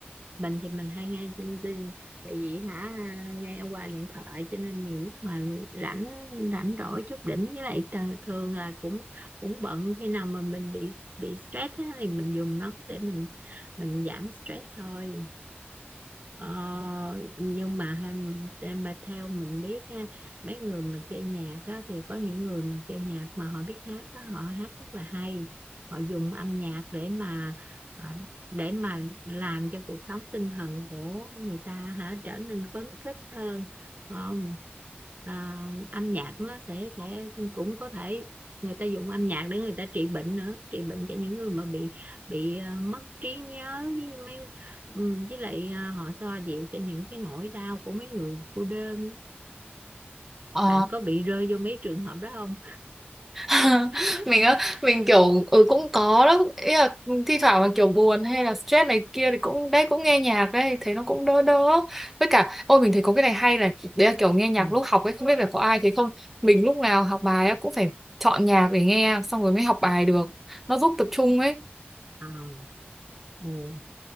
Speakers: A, on the right (about 45°); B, in the centre.
A: mình thì mình hay nghe trên Zing tại vì hả nghe qua điện thoại cho nên nhiều lúc mà rảnh rảnh rỗi chút đỉnh với lại tờ- thường là cũng cũng bận khi nào mà mình bị bị stress á, thì mình dùng nó để mình mình giảm stress thôi Ờ, nhưng mà em em bà theo mình biết ha mấy người mà chơi nhạc á, thì có những người mà chơi nhạc mà họ biết hát đó, họ hát rất là hay họ dùng âm nhạc để mà à, để mà làm cho cuộc sống tinh thần của người ta hả trở nên phấn khích hơn phải không à, âm nhạc nó sẽ sẽ cũng có thể người ta dùng âm nhạc để người ta trị bệnh nữa trị bệnh cho những người mà bị bị ờ, mất trí nhớ với mấy Ừ, với lại à, họ xoa dịu cho những cái nỗi đau của mấy người cô đơn á.
B: Ờ.
A: Bạn có bị rơi vô mấy trường hợp đó không?
B: <laughs>
A: <laughs>
B: mình á, mình kiểu ừ, cũng có đó, ý là thi thoảng mà kiểu buồn hay là stress này kia thì cũng đấy cũng nghe nhạc đấy, thấy nó cũng đỡ đỡ. Với cả ôi mình thấy có cái này hay này, đấy là kiểu nghe nhạc
A: Ừ.
B: lúc học ấy, không biết là có ai thấy không. Mình lúc nào học bài á cũng phải chọn nhạc để nghe xong rồi mới học bài được. Nó giúp tập trung ấy.
A: À, ừ.